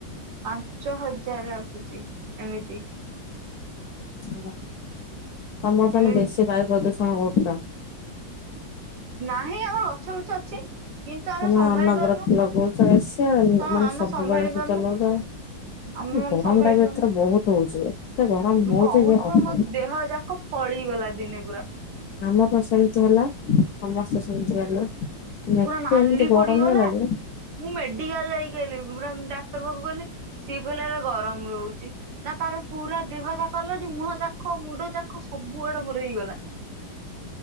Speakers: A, on the right; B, on the left.
A: ପାଞ୍ଚ ହଜାର ଆସୁଛି ଏମିତି।
B: ତମର ତାହଲେ
A: ଏମି
B: ବେଶୀ ବାୟୁ ପ୍ରଦୂଷଣ କରୁଛ।
A: ନାହିଁ ଆମର ଗଛ ଲୁଛ ଅଛି। କିନ୍ତୁ ଆମେ
B: ତମେ
A: ସମ୍ଭାଳି
B: ଅନବରତ
A: ପାରୁନୁ
B: ଲଗଉଛ ଏସି
A: ହଁ
B: ମାନେ
A: ଆମେ
B: ସବୁବେଳେ
A: ସମ୍ଭାଳି
B: ଏସି
A: ପାରୁନୁ।
B: ଚଲଉଛ।
A: ଆମେ ମାନେ
B: ଗରମ
A: ସମ୍ଭାଳିଛନୁ
B: ଟା ବି ଏଥର ବହୁତ ହଉଛି ଏତେ ଗରମ
A: ମୁଁ
B: ହଉଛି
A: କହୁଛି
B: ଯେ ଅସମ୍ଭବ।
A: ପା ମୋ ଦେହ ଯାକ ଫ ଫଳିଗଲା ଦିନେ ପୁରା।
B: ଆମ ତ ସେମତି ହେଲା ସମସ୍ତେ ସେମିତି ହେଲା। ଏତେ
A: ପୁରା ନାଲି
B: ଏମିତି ଗରମ
A: ପଡିଗଲା
B: ଯେ
A: ମୁଁ ମେଡିକାଲ ଯାଇକି ଆଲି ପୁରା ଡାକ୍ତର ପାଖକୁ ଗଲି ସିଏ କହଲେ ଗରମ ରହୁଛି ନା ତାର ପୁରା ଦେହ ଯାକ ମୁହଁ ଯାକ ମୁଣ୍ଡ ଯାକ ସବୁଆଡେ ମୋର ହେଇଗଲା।